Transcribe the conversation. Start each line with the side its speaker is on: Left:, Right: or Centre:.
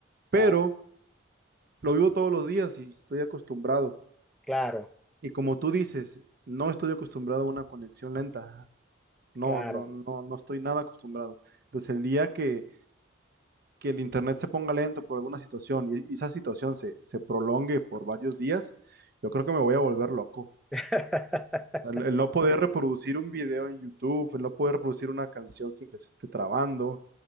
Right: Pero
Centre: Claro,
Right: lo vivo todos los días y estoy acostumbrado.
Centre: claro,
Right: Y como tú dices, no estoy acostumbrado a una conexión lenta. No,
Centre: claro.
Right: no, no, no estoy nada acostumbrado. Entonces, el día que que el internet se ponga lento por alguna situación y, y esa situación se, se prolongue por varios días, yo creo que me voy a volver loco.
Centre: <laughs>
Right: O sea, El, el no poder reproducir un video en YouTube, el no poder reproducir una canción sin que se esté trabando,